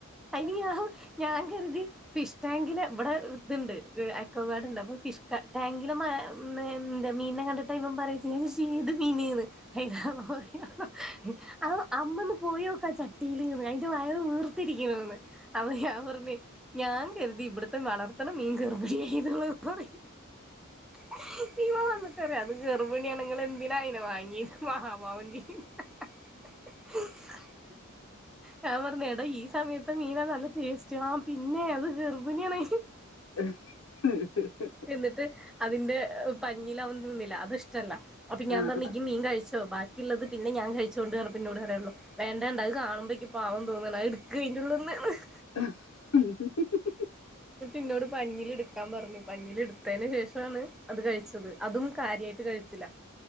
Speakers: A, in the centre; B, on the left.
A: <unintelligible> ഞാൻ കരുതി ഫിഷ് ടാങ്കില് ഇവ്ടെ ത്ണ്ട് ഈ അക്കോ ഗാർഡ്ണ്ട് അപ്പ ഫിഷ് ടാ ടാങ്കില മ മി ദ് മീൻനകണ്ട് അപ്പ ഇവൻ പറയ <unintelligible> ഞാൻ ചോയിച്ച് ഏത് മീന് ന്ന് അതിന് അവൻ പറയുവാ അത് അമ്മ ഒന്ന് പോയോക്ക് ആ ചട്ടില് ന്ന് അയിന്റെ വയറ് വീർത്തിരിക്കുന്നു ന്ന് അപ്പ ഞാൻ പറഞ്ഞ് ഞാൻ കരുതി ഇവിടുത്തെ വളർത്തണ മീൻ ഗർഭണി ആയെന്ന് <unintelligible> <unintelligible> അന്നിട്ടറയും അത് ഗർഭിണിയാണ് ഇങ്ങള് എന്തിനാ അയിനെ വാങ്ങീത് മഹാപാവം ചെയ്യന്ന <unintelligible> ഞാൻ പറഞ്ഞേ ടാ ഈ സമയത്തെ മീനാ നല്ല ടേസ്റ്റ് ആ പിന്നെ അത് ഗർഭിണിയാണയി
B: <unintelligible>
A: എന്നിട്ട് അതിന്റെ പഞ്ഞില അവൻ തിന്നില്ല അത് ഇഷ്ടല്ല. അപ്പം ഞാൻ
B: ആഹ്
A: പറഞ്ഞ് ഇയ്യ് മീൻ കഴിച്ചോ ബാ ക്കിള്ളത് പിന്നെ ഞാൻ കഴിച്ചോണ്ട് <unintelligible> ന്നോട് പറയാനു വേണ്ട ണ്ട അത് കാണുമ്പോനിക്ക് പാവം തോന്നുന്നു അത്ട്കഴിന്റള്ളുന്നു <unintelligible>
B: <unintelligible>
A: എന്നോട് പഞ്ഞില് എടുക്കാൻ പറഞ്ഞു പഞ്ഞില് എടുത്തയിന് ശേഷാണ് അത് കഴിച്ചത് അതും കാര്യായിട്ട് കഴിച്ചില്ല.